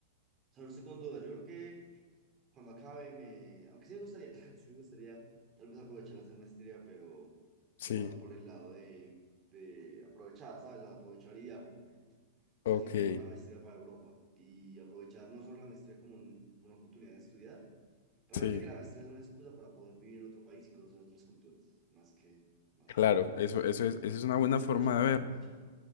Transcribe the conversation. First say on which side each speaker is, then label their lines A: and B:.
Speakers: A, on the right; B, on the left.
A: sea, no Salirse con duda. Yo creo que cuando acabe me... Aunque sí me gustaría, <laughs> sí me gustaría tal vez aprovechar a hacer maestría, pero
B: Sí,
A: tomarlo por el lado de, de aprovechar, ¿sabes? Aprovechar y viajar, por ejemplo. Pues
B: ok,
A: sí, tomar una maestría para Europa y aprovechar no solo la maestría como un- una oportunidad de estudiar, realmente
B: sí,
A: que la maestría es una excusa para poder vivir en otro país y conocer otras culturas, más que, más
B: claro,
A: que...
B: eso, eso es, eso es una buena
A: Hay que
B: forma
A: aprovecharlo,
B: de
A: hay
B: ver.
A: que aprovecharlo.